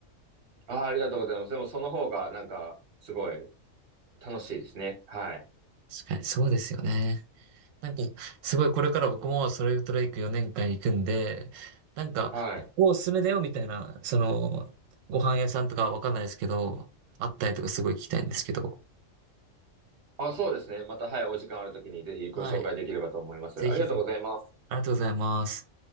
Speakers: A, on the right; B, on the right.
A: ああ、ありがとうございます。でもその方がなんかすごい楽しいですね。はい。
B: 確かにそうですよね。なんか、すごいこれから僕もそれトレイク4年間行くんで、なんか、
A: はい。
B: ここおすすめだよみたいな、その、ご飯屋さんとかわかんないですけど、あったりとかすごい聞きたいんですけど、
A: あ、そうですね。また、はい、お時間あるときにぜひご紹介できればと思います。
B: はい。ぜひぜひ。
A: ありがとうございます。
B: ありがとうございます。